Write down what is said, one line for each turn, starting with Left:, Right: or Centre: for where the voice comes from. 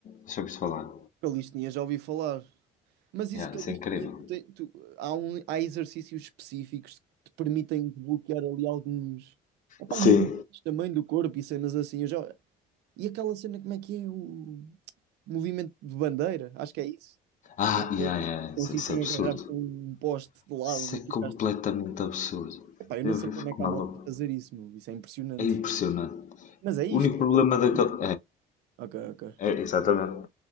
Left: Deixa eu ouvir falar.
Right: Calistenia já ouvi falar. Mas isso
Left: Yeah,
Right: calistenia,
Left: isso é incrível.
Right: tu tem- tu- há, um, há exercícios específicos que te permitem desbloquear ali alguns epá,
Left: Sim.
Right: movimentos também do corpo e cenas assim. Eu já... E aquela cena, como é que é o movimento de bandeira? Acho que é isso.
Left: Ah,
Right: Que É,
Left: yeah,
Right: é tipo,
Left: yeah, isso,
Right: consiste
Left: isso
Right: em
Left: é absurdo.
Right: agarrar-te a um poste de lado
Left: Isso
Right: e
Left: é
Right: ficares
Left: completamente
Right: tipo.
Left: absurdo.
Right: Epá, eu
Left: Eu
Right: não sei
Left: eu
Right: como
Left: fico
Right: é que
Left: maluco.
Right: há mal de fazer isso, meu. Isso é impressionante.
Left: É impressionante.
Right: Mas é isto.
Left: O único
Right: É
Left: problema
Right: calistenia.
Left: daquele.
Right: Ok, ok.
Left: É, é, exatamente.